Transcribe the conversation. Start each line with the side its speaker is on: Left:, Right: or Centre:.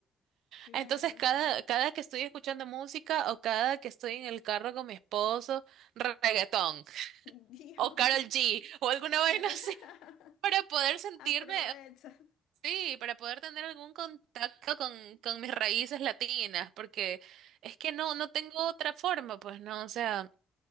Left: claro.
Right: Entonces, cada, cada que estoy escuchando música o cada que estoy en el carro con mi esposo, reggaetón
Left: Dios,
Right: o Carol G o alguna <laughs> vaina
Left: cara,
Right: así,
Left: <laughs>
Right: para poder sentirme,
Left: aprovecha.
Right: sí, para poder tener algún contacto con, con mis raíces latinas, porque es que no, no tengo otra forma, pues no, o sea,